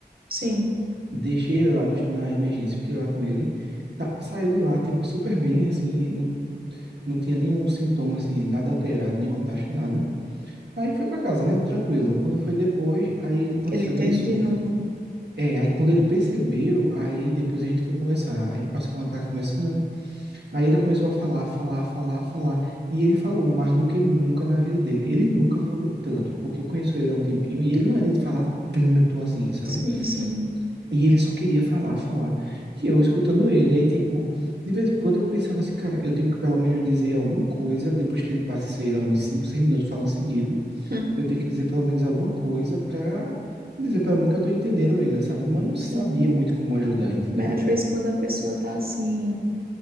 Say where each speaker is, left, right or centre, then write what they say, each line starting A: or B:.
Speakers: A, on the right (about 60°); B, on the right (about 80°).
A: sim,
B: Deixei ele lá no- na emergência, fiquei lá com ele. Tá- saiu de lá, tipo, super bem, assim. Não, não tinha nenhum sintoma, assim, nada alterado, nenhuma taxa, nada. Aí foi pra casa, né? Tranquilo. Quando foi depois, aí ele- aconteceu
A: ele teve
B: isso.
A: de novo.
B: É, aí quando ele percebeu, aí depois a gente foi conversar. Aí passou uma tarde conversando. Aí ele começou a falar, falar, falar, falar. E ele falou mais do que nunca na vida dele. Ele nunca falou tanto, porque eu conheço ele há um tempinho e ele não é de falar tanto assim, sabe?
A: Sim, sim.
B: E ele só queria falar, falar. E eu escutando ele. Aí, tipo, de vez em quando eu pensava assim, cara, eu tenho que pelo menos dizer alguma coisa depois que ele passe, sei lá, uns 5, 6 minutos falando seguido
A: Hum,
B: eu tenho que dizer pelo menos alguma coisa pra dizer pelo menos que eu tô entendendo ele, sabe? Mas eu não
A: Sim.
B: sabia muito como ajudar, entendeu?
A: Mas às vezes quando a pessoa tá assim,